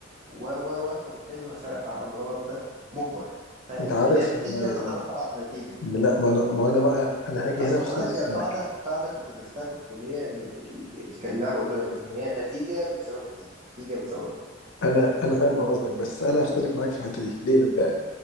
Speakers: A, on the right; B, on the left.
A: و و و فبالتالي هو سرق في عمل الغلط ده مجبر فاهم
B: انت عارف
A: اللي هي نتيجة
B: انا
A: تترتب على نتيجة
B: لا ما انا ما انا بقى انا هاجي
A: اصل
B: هنا واختلف
A: خد بالك هي قاعده
B: معاك
A: قاعده كنت درستها في الكليه ان ال- ال- اللي انا بقوله لك دي ان هي نتيجه بتساوي نتيجه نتيجه بتساوي
B: انا انا فاهم قصدك بس انا هختلف معاك في الحته دي ليه بقى